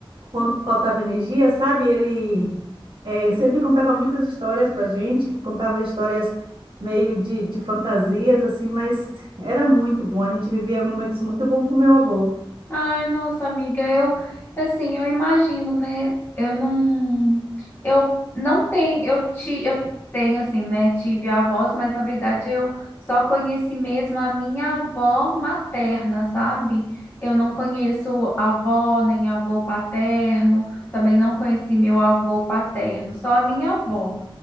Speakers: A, on the right; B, on the left.
A: quando faltava energia, sabe? Ele é, sempre contava muitas histórias para gente, contava histórias meio de, de fantasias, assim, mas era muito bom. A gente vivia momentos muito bons com meu avô.
B: Ai, nossa amiga, eu assim, eu imagino, né? Eu não eu não tenho, eu te eu tenho assim, né? Tive avós, mas na verdade eu só conheci mesmo a minha avó materna, sabe? Eu não conheço avó nem avô paterno, também não conheci meu avô paterno, só a minha avó.